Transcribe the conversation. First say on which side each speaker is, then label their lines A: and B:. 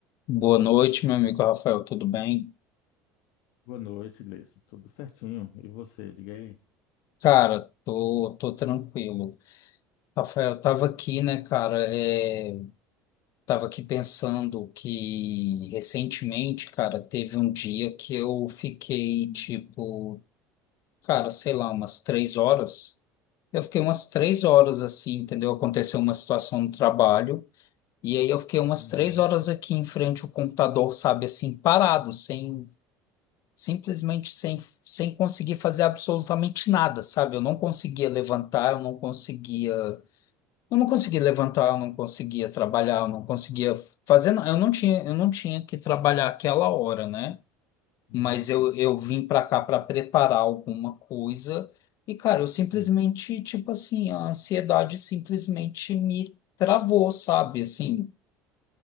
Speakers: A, on the left; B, on the left.
A: Boa noite, meu amigo Rafael, tudo bem?
B: Boa noite, Gleison. Tudo certinho. E você, diga aí.
A: Cara, tô, tô tranquilo. Rafael, tava aqui, né, cara, é, tava aqui pensando que recentemente, cara, teve um dia que eu fiquei, tipo, cara, sei lá, umas três horas. Eu fiquei umas três horas assim, entendeu? Aconteceu uma situação no trabalho, e aí eu fiquei umas
B: Uhum.
A: três horas aqui em frente ao computador, sabe, assim, parado, sem simplesmente sem, sem conseguir fazer absolutamente nada, sabe? Eu não conseguia levantar, eu não conseguia, eu não conseguia levantar, eu não conseguia trabalhar, eu não conseguia fazer, eu não tinha, eu não tinha que trabalhar aquela hora, né?
B: Nossa,
A: Mas eu, eu vim para cá para preparar alguma coisa e, cara, eu simplesmente,
B: sim.
A: tipo assim, a ansiedade simplesmente me travou, sabe? Assim,